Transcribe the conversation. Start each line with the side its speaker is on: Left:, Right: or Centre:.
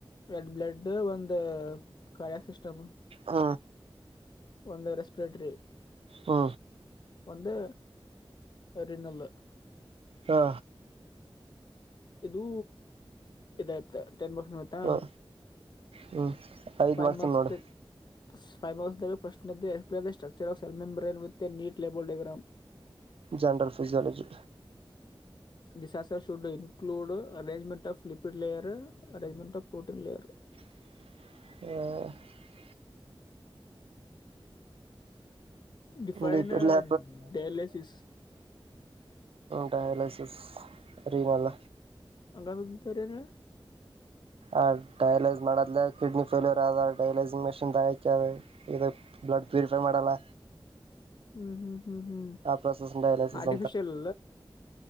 Left: ಎೆಡ್ ಬ್ಲಡ್ ಒಂದು ಕಾಯಕ್ ಸಿಸ್ಟಮ್
Right: ಹ
Left: ಒಂದು ರೆಸ್ಪಿರೇಟರಿ
Right: ಹ್ಮ
Left: ಒಂದು ರಿನಲ್ಲ
Right: ಹಾ
Left: ಇದು ಇದತ ಟನ್ ಮಾರ್ಕ್ಸ್ವೂ ಐತ
Right: ಹ ಹ್ಮ್ ಐದ್
Left: ಫೈವ್ ಮಾರ್ಕ್ಸ್
Right: ನೋಡು
Left: ಫೈವ್ ಮಾರ್ಕ್ಸ್ದಾಗ ಫಸ್ಟ್ನೆಡು explain the structure of cell membrane with a neat label diagram
Right: general physiology
Left: this also should include arrangement of lipid layer arrangement of protein layer
Right: <inaudible>
Left: define
Right: ಡಿಪಿಡ್ಲ
Left: ಡಯಾಲಿಸಿಸ
Right: ಡಯಾಲಸಿಸ್ ರೀನಲ್ಲ
Left: ಅಂಗಂದು <unintelligible>
Right: ಆ ಡಯಲೈಸ್ ಮಾಡದಲ ಕಿಡ್ನಿ ಫೇಲ್ಯೂರ್ ಆದದ ಡೈಲೈಸಿಂಗ್ ಮೆಷಿನ್ಕ ಅದ ಇದ ಬ್ಲಡ್ ಪ್ಯೂರಿಫೈ ಮಾಡೋಲ್ಲ
Left: ಹ್ಮ್ ಹ್ಮ್ ಹ್ಮ್ ಹ್ಮ್
Right: process dialysis
Left: artificial